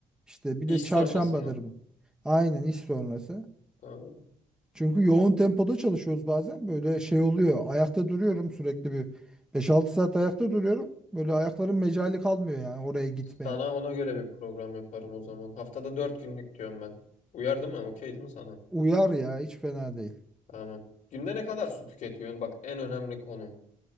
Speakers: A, in the centre; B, on the left.
A: İşte bir
B: İş
A: de çarşambadır
B: sonrası mı?
A: bu. Aynen iş sonrası.
B: Tamam.
A: Çünkü yoğun tempoda çalışıyoruz bazen. Böyle şey oluyor. Ayakta duruyorum sürekli bir beş altı saat ayakta duruyorum. Böyle ayakların mecali kalmıyor yani oraya gitmeye.
B: Sana ona göre bir program yaparım o zaman. Haftada 4 günlük diyorum ben. Uyardı mı? Okey değil mi sana?
A: Uyar ya hiç fena değil.
B: Tamam. Günde ne kadar su tüketiyorsun? Bak en önemli konu.